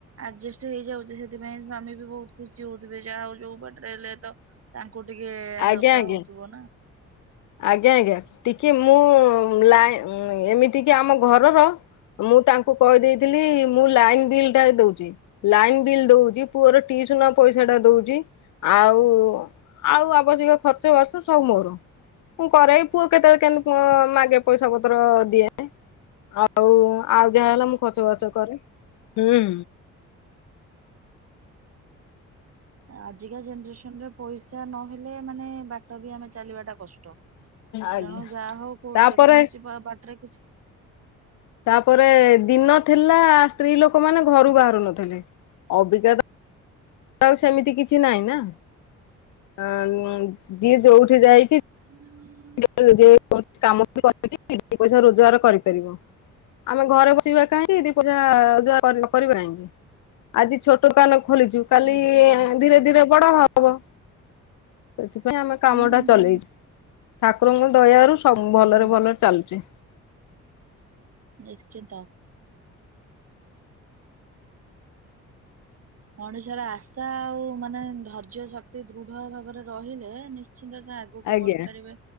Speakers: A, on the right; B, on the left.
A: ଆରଯେଷ୍ଟ ହେଇଯାଉଚି ସେଥିପାଇଁ ସ୍ଵାମୀ ବି ବୋହୁତ ଖୁସି ହୋଉଥିବେ ଯାହୋଉ ଯୋଉ ବାଟରେ ହେଲେ ତ ତାଙ୍କୁ ଟିକେ
B: ଆଜ୍ଞା
A: ହାଲକା
B: ଆଜ୍ଞା।
A: ହୋଉଥିବ ନା।
B: ଆଜ୍ଞା ଆଜ୍ଞା ଟିକେ ମୁଁ ଲାଇ ଏମିତି କି ଆମ ଘରର ମୁଁ ତାଙ୍କୁ କହିଦେଇଥିଲି ମୁଁ ଲାଇନ ବିଲଟା ଏ ଦୋଉଚି। ଲାଇନ୍ ବିଲ୍ ଦୋଉଚି ପୁଅର ଟିଇସନ ପଇସାଟା ଦୋଉଚି ଆଉ ଆଉ ଆବଶ୍ୟକ ଖର୍ଚ୍ଚ ବାର୍ଚ୍ଚ ସବୁ ମୋର। ମୁଁ କରେ ଏଇ ପୁଅ କେତେବେଳେ କେମତି ମ୍ ମାଗେ ପଇସା ପତ୍ର ଦିଏ। ଆଉ ଆଉ ଯାହା ହେଲା ମୁଁ ଖର୍ଚ୍ଚ ବାର୍ଚ୍ଚ କରେ ହୁଁଁ।
A: ଆଜିକା ଜେନେରେସନରେ ପଇସା ନହେଲେ ମାନେ ବାଟ ବି ଆମେ ଚାଲିବାଟା କଷ୍ଟ।
B: ଆଜ୍ଞା
A: ତେଣୁ ଯାହୋଉ କୋ
B: ତାପରେ
A: ଯେକୌଣସି ବା ବାଟରେ କିଛି
B: ତାପରେ ଦିନ ଥିଲା ସ୍ତ୍ରୀ ଲୋକମାନେ ଘରୁ ବାହାରୁ ନଥିଲେ ଅବିକାତ ଆଉ ସେମିତି କିଛି ନାଇଁ ନା ଅଁ ଯିଏ ଯୋଉଠି ଯାଇକି
A: <inaudible>
B: <unintelligible> ଯେକୌଣସି କାମ ବି କରି ଦିଇ ପଇସା ରୋଜଗାର କରିପାରିବ। ଆମେ ଘରେ ବସିବା କାହିଁକି ଦିଇ ପଇସା ରୋଜଗାର କରି ନ ପାରିବା କାଇଁ। ଆଜି ଛୋଟ ଦୋକାନ ଖୋଲିଚୁ କାଲି
A: ନିଶ୍ଚିନ୍ତ ନିଶ୍ଚିନ୍ତ
B: ଧୀରେ ଧୀରେ ବଡ ହବ ସେଥିପାଇଁ ଆମେ କାମଟା
A: ହୁଁ ହୁଁ
B: ଚଲେଇଚୁ। ଠାକୁରଙ୍କ ଦୟାରୁ ସବୁ ଭଲରେ
A: ହୁଁ
B: ଭଲରେ ଚାଲୁଚି।
A: ନିଶ୍ଚିନ୍ତ। ମଣିଷର ଆଶା ଆଉ ମାନେ ଧୈର୍ଯ୍ୟ ଶକ୍ତି ଦୃଢ ଭାବରେ ରହିଲେ ନିଶ୍ଚିନ୍ତ ସେ ଆ ଆଗକୁ
B: ଆଜ୍ଞା।
A: ବଢିପାରିବେ